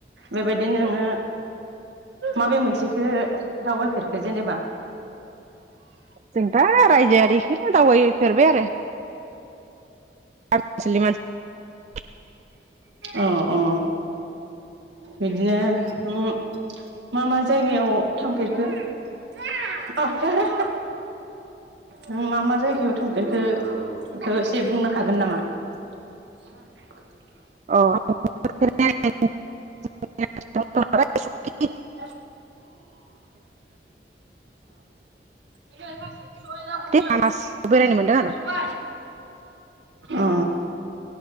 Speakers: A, on the right; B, on the right.
A: बेबायदि नोङो माबे मोनसेखो दावबायफेरखो जेनेबा
B: जों दा रायजोआखौनो दावबायो। फेरबाय आरो मानसि <inaudible>
A: अ अ। बिदिनो नों मा मा जायगायाव थांफेरखो? र' र' नों मा मा जायगायाव <inaudible> थांफेरखो एसे बुंनो हागोन नामा <inaudible>
B: अ <inaudible>
A: अ <inaudible> सय दाखोन आ
B: मानास
A: दा
B: बेरायनो मोनदों आरो
A: नुबाय अ